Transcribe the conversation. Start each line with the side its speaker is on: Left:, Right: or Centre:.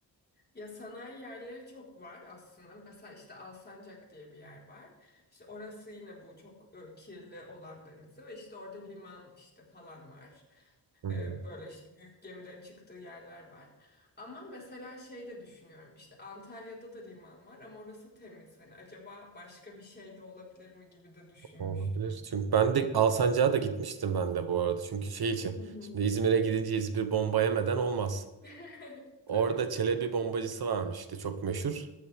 Left: Ya sanayi yerleri çok var aslında. Mesela işte Alsancak diye bir yer var. İşte orası yine bu çok e, kirli olan denizi ve işte orada liman işte falan var.
Right: Hı.
Left: E, Böyle işte büyük gemilerin çıktığı yerler var. Ama mesela şey de düşünüyorum. işte Antalya'da da liman var ama orası temiz. Hani acaba başka bir şey de olabilir mi gibi de düşünmüştüm.
Right: Olabilir. Çünkü ben de Alsancak'a da gitmiştim ben de bu arada. Çünkü şey için.
Left: Hı hı.
Right: Şimdi İzmir'e gidince İzmir bomba yemeden olmaz.
Left: <laughs> Tabii.
Right: Orada Çelebi bombacısı varmış işte çok meşhur.